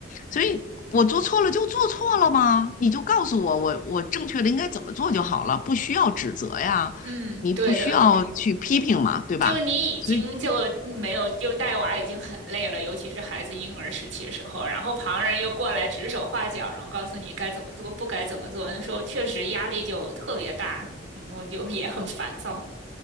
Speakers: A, on the left; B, on the right.
A: 所以。我做错了就做错了吗？你就告诉我，我我正确的应该怎么做就好了，不需要指责呀，
B: 嗯，
A: 你不需要去批评嘛，
B: 对的。
A: 对吧？
B: 就你已经就没有就带娃已经很累了，
A: 所以
B: 尤其是孩子婴儿时期的时候，然后旁人又过来指手画脚，然后告诉你该怎么做，不该怎么做，那时候确实压力就特别大，嗯，我就也很烦躁。